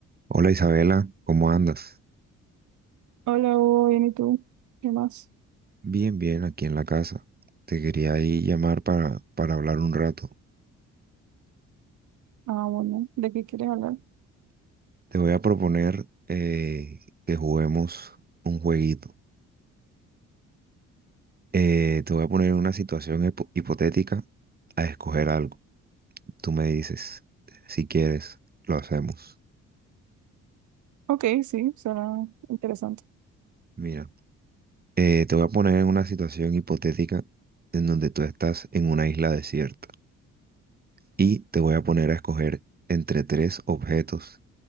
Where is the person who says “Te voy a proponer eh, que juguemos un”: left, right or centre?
Right